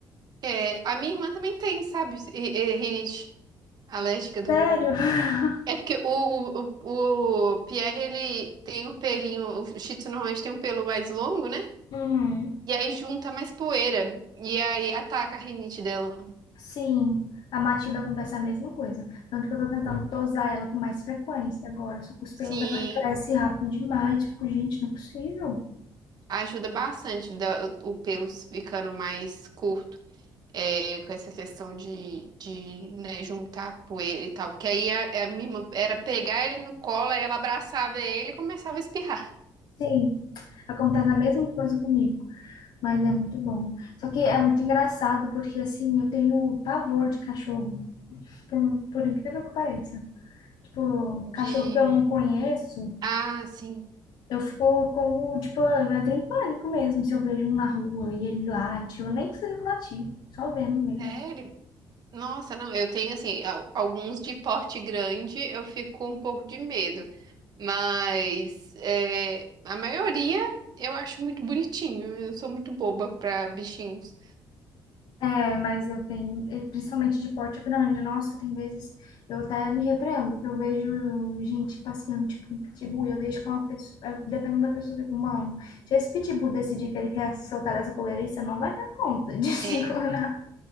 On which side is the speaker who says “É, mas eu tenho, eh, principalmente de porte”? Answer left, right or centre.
Left